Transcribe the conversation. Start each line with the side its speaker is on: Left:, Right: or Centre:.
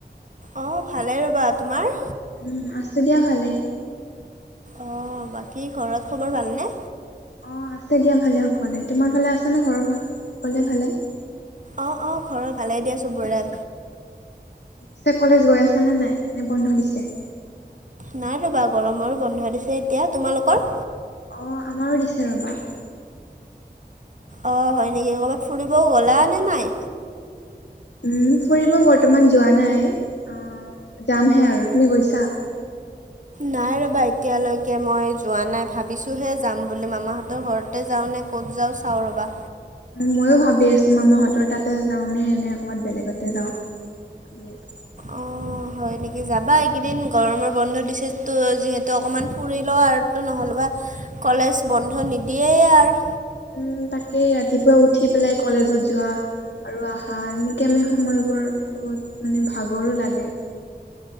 Right: অ' ভালেই ৰ'বা, তোমাৰ?
Left: উম, আছোঁ দিয়া ভালেই।
Right: অ' বাকী ঘৰত খবৰ ভালনে?
Left: অ' আছে দিয়া ভালে সকলোৱে। তোমাৰ ভালে আছনে ঘৰৰ সকলোৱে ভালে?
Right: অ', অ' ঘৰৰ ভালেই দিয়া চবৰে।
Left: ছে কলেজ গৈ আছ নে নাই, নে বন্ধ দিছে?
Right: নাই ৰ'বা গৰমৰ বন্ধ দিছে এতিয়া। তোমালোকৰ?
Left: অ' আমাৰো দিছে ৰ'বা।
Right: অ' হয় নেকি, ক'ৰবাত ফুৰিবও গ'লা নে নাই?
Left: উম, ফুৰিব বৰ্তমান যোৱা নাই, অ' যামহে আৰু। তুমি গৈছা?
Right: নাই ৰ'বা এতিয়ালৈকে মই যোৱা নাই, ভাবিছোঁহে যাম বুলি মামাহঁতৰ ঘৰত। তে যাওঁ নে ক'ত যাওঁ চাওঁ ৰ'বা।
Left: ময়ো ভাবি আছোঁ মামাহঁতৰ তাতে যাওঁ নে, নে ক'বাত বেলেগতে যাওঁ ভাবি আছোঁ।
Right: অ'। হয় নেকি, যাবা এইকেইদিন গৰমৰ বন্ধ দিছেতো যিহেতু অকমান ফুৰি লোৱা আৰুতো নহ'লেবা কলেজ বন্ধ নিদিয়েই আৰ।
Left: উম, তাকেই ৰাতিপুৱা উঠি পেলাই কলেজত যোৱা আৰু আহা, এনেকে আমি সময়বোৰ বহুত মানে ভাগৰো লাগে।